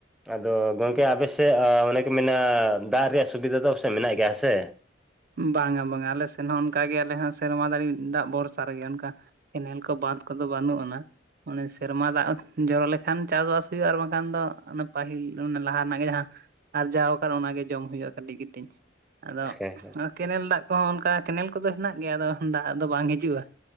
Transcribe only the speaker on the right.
ᱵᱟᱝᱼᱟ - ᱵᱟᱝᱟ ᱟᱞᱮ ᱥᱮᱱ ᱦᱚᱸ ᱚᱱᱠᱟᱜᱮ ᱟᱞᱮ ᱦᱚᱸ ᱥᱮᱨᱢᱟ ᱡᱟᱹᱲᱤ ᱫᱟᱜ ᱵᱷᱚᱨᱥᱟ ᱨᱮᱜᱮ ᱚᱱᱠᱟ ᱠᱮᱱᱮᱞ ᱠᱚ ᱵᱟᱝ ᱠᱚᱫᱚ ᱵᱟᱹᱱᱩᱜ ᱟᱱᱟ᱾ ᱚᱱᱮ ᱥᱮᱨᱢᱟ ᱫᱟᱜ ᱡᱚᱨᱚ ᱞᱮᱠᱷᱟᱱ ᱪᱟᱥᱵᱟᱥ ᱦᱩᱭᱩᱜᱼᱟ ᱟᱨ ᱵᱟᱝᱠᱷᱟᱱ ᱫᱚ ᱚᱱᱟ ᱯᱟᱹᱦᱤᱞ ᱚᱱᱟ ᱞᱟᱦᱟ ᱨᱮᱱᱟᱜ ᱜᱮ ᱡᱟᱦᱟᱸ ᱟᱨᱡᱟᱣ ᱟᱠᱟᱱ ᱚᱱᱟᱜᱮ ᱡᱚᱢ ᱦᱩᱭᱩᱜᱼᱟ᱾ ᱠᱟᱹᱴᱤᱡ - ᱠᱟᱹᱴᱤᱡ ᱟᱫᱚ
ᱠᱮᱱᱮᱞ ᱫᱟᱜ ᱠᱚᱦᱚᱸ ᱚᱱᱠᱟ ᱠᱮᱱᱮᱞ ᱠᱚᱫᱚ ᱦᱮᱱᱟᱜ ᱜᱮᱭᱟ ᱟᱫᱚ ᱫᱟᱜ ᱫᱚ ᱵᱟᱝ ᱦᱤᱡᱩᱜᱼᱟ᱾